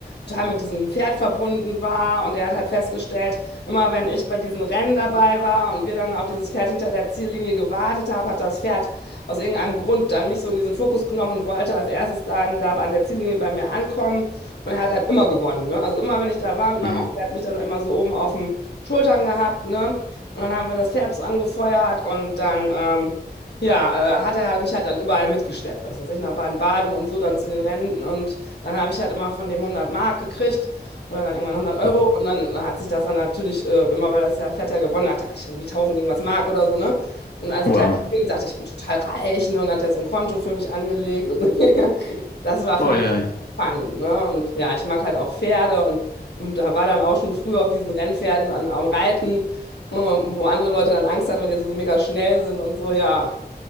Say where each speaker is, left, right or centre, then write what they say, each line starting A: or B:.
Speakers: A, on the left; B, on the left.
A: total mit diesem Pferd verbunden war. Und er hat halt festgestellt, immer wenn ich bei diesen Rennen dabei war und wir dann auf dieses Pferd hinter der Ziellinie gewartet haben, hat das Pferd aus irgendeinem Grund dann mich so in diesen Fokus genommen und wollte als erstes dann da an der Ziellinie bei mir ankommen. Und er hat halt immer gewonnen, ne? Also immer, wenn ich da war mit meinem
B: Mhm.
A: Onkel, der hat mich dann immer so oben auf den Schultern gehabt, ne? Und dann haben wir das Pferd so angefeuert und dann... Ähm, ja, äh, hat er halt mich halt dann überall mitgeschleppt, was weiß ich, nach Baden-Baden und so dann zu den Rennen und dann habe ich halt immer von dem hundert Mark gekriegt oder dann irgendwann hundert Euro
B: Oh,
A: und dann hat sich das dann natürlich äh, immer, weil das ja Fett ja gewonnen hat, da hatte ich irgendwie tausend irgendwas Mark oder so, ne? Und als
B: wow.
A: kleines Kind dachte ich, ich bin total reich, ne? Und hat er so ein Konto für mich angelegt und <laughs> das war für
B: Oh
A: mich
B: ja, ja.
A: Fun, ne? Und ja, ich mag halt auch Pferde und, und da war dann auch schon früh auf diesen Rennpferden an, am Reiten, äh, wo andere Leute dann Angst hatten, weil die so mega schnell sind und so, ja,